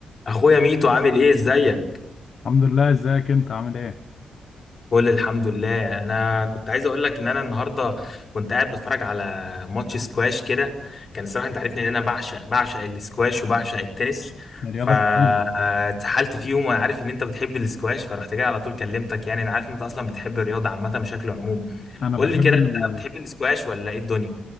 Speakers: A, on the left; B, on the left.
A: اخويا ميتو عامل ايه ازيك
B: الحمد لله ازيك انت عامل ايه
A: كل الحمد لله انا كنت عايز اقول لك ان انا النهارده كنت قاعد بتفرج على ماتش سكواش كده كان الصراحه انت عارفني ان انا بعشق بعشق السكواش وبعشق التنس
B: الرياضه
A: فاتسحلت
B: جميله
A: فيهم وانا عارف ان انت بتحب السكواش فرحت جاي على طول كلمتك يعني انا عارف ان انت اصلا بتحب الرياضه عامه بشكل عموم
B: انا
A: قول
B: بحب
A: لي كده
B: ال
A: انت بتحب السكواش ولا ايه الدنيا